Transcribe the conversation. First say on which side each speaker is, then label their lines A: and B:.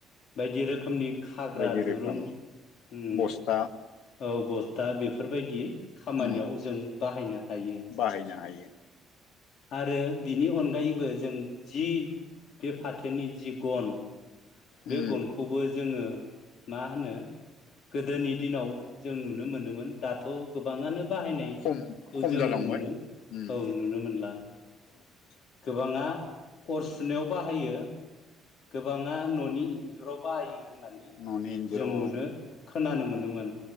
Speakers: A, on the left; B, on the left.
A: बायदि रोखोमनि खाग्रा
B: बायदि रोखोमनि
A: दुरुं उम
B: बस्था
A: औ बस्था बेफोरबायदि खामानियाव
B: उम
A: जों बाहायनो हायो।
B: बाहायनो हायो
A: आरो बिनि अनगायैबो जों जि बे फाथोनि जि गन
B: उम
A: बे गनखौबो जोङो मा होनो गोदोनि दिनाव जों नुनो मोनोमोन दाथ' गोबाङानो बाहायनायखौ
B: खम खम
A: जों
B: जालांबाय
A: नुनो
B: उम
A: औ नुनो मोनला।
B: <inaudible>
A: गोबाङा अर सुनायाव बाहायो। गोबाङा न'नि इन्जुराव बाहायो होननानै
B: न'नि इन्जुराव
A: जों नुनो खोनानो मोनोमोन।